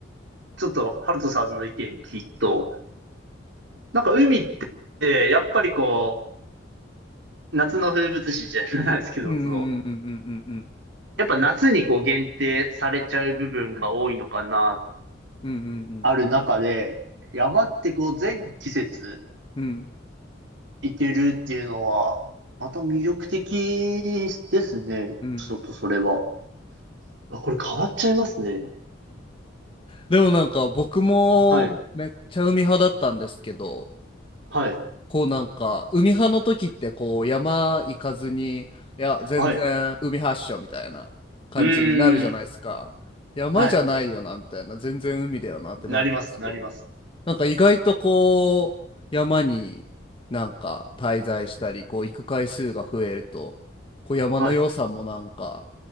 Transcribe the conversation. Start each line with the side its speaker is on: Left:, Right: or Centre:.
Right: ちょっと、ハルトさんの意見聞くと。なんか海って、やっぱりこう、夏の風物詩じゃないですけど、
Left: うんうんうんうんうん
Right: その、やっぱ夏にこう限定されちゃう部分が多いのかな、
Left: うんうんうん
Right: ある中で、山ってこう全季節、
Left: うんうん
Right: いけるっていうのは、また魅力的ですね。
Left: うんうんうんうんうん
Right: ちょっとそれは。あこれ変わっちゃいますね。
Left: でもなんか僕もめっちゃ海派だったんですけど、
Right: はい。はい。
Left: こうなんか海派の時ってこう山行かずに、いや全然海発祥みたいな感じになるじゃないですか。
Right: はい。うーん。
Left: 山じゃないよなみたいな、
Right: はい。
Left: 全然海だよなってなるんですけど、
Right: なります。なります。
Left: なんか意外とこう山になんか滞在したり、こう行く回数が増えると、こう山の良さもなんか
Right: はい。